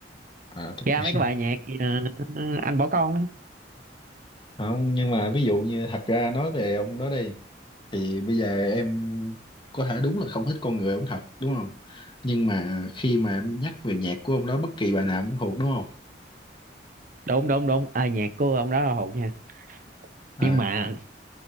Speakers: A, on the left (about 30°); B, on the right (about 50°).
A: à, top
B: ra
A: 2
B: mấy cái bài nhạc gì, ờ, anh bỏ con đó
A: không nhưng mà ví dụ như thật ra nói về ông đó đi thì bây giờ em có thể đúng là không thích con người ông thật đúng không nhưng mà khi mà em nhắc về nhạc của ông đó bất kỳ bài nào cũng thuộc đúng không
B: đụng đụng đụng à, nhạc của ông đó là hột nha
A: à
B: nhưng mà